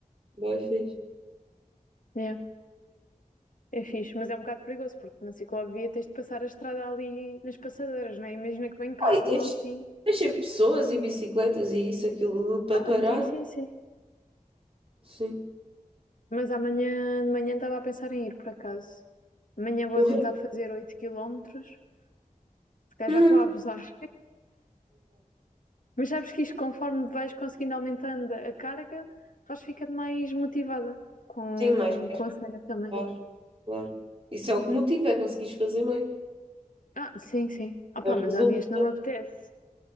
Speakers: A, on the right; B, on the left.
A: Bem fixe.
B: Yeah. É, é fixe, mas é um bocado perigoso, porque na ciclovia tens de passar a estrada ali nas passadeiras, não é? Imagina que vem carros
A: Ah, e tens,
B: ou assim.
A: tens sempre pessoas e bicicletas e isso, aquilo para
B: Ah,
A: parar.
B: sim, sim, sim.
A: Sim.
B: Mas amanhã de manhã estava a pensar em ir, por acaso. Amanhã vou
A: Correr.
B: tentar fazer oito quilómetros. porque
A: Uhum.
B: já estou a abusar. Mas sabes que isto, conforme vais conseguindo aumentando a carga, vais ficando mais motivada com,
A: Sim, mais
B: com a cena também.
A: claro, claro. Isso é o que motiva, é conseguires fazer mais.
B: Ah, sim, sim. Ah pá,
A: É os
B: mas
A: resultados,
B: há dias que não me apetece.